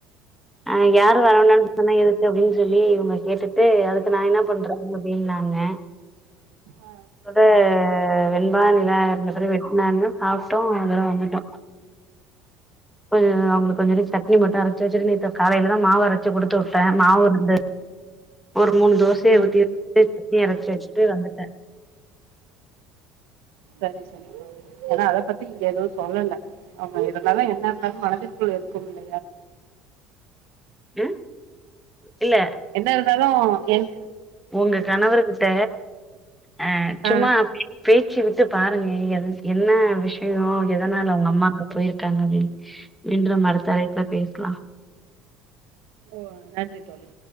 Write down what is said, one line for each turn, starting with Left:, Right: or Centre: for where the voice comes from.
Centre: ஆ யாரு வர வேண்னானு சொன்னா எதுக்கு அப்டின்னு சொல்லி இவங்க கேட்டு தூ அதுக்கு நா என்ன பண்றது அப்டின்னாங்க
Right: ஆ
Centre: அத வெண்பா நிலா இருந்தபிறகு வெட்டுனாங்க சாப்ட்டோ அதோட வந்துட்டோ கொஞ்ச அவங்களுக்கு கொஞ்ச வெரியு சட்னி மட்டு அரைச்சி வெச்சுட்டு நீ காலையில தா மாவு அரைச்சி குடுத்து விட்டே மாவு இருந்த ஒரு மூணு தோசைய
Right: ம்
Centre: ஊத்தி வெச்சுட்டு சட்னி அரைச்சி வெச்சிட்டு வந்துட்டே
Right: சரி சரி தோழி ஆனா அத பத்தி இங்க ஏதுவு சொல்லல அவங்க எதனா இருந்தாலு என்ன இருந்தாலு மனதிற்குள் எதுவு இல்ல
Centre: அ இல்ல
Right: என்ன இருந்தாலு என்
Centre: உங்க கணவர் கிட்ட அ சும்மா
Right: ஆ
Centre: அப்டி பேச்சி விட்டு பாருங்க என்ன விஷயோ எதனால அவங்க அம்மா அங்க போயிருக்காங்க அப்டின் மீண்றும் அடுத்த அழைப்புல பேசலா
Right: ஓ நன்றி தோழி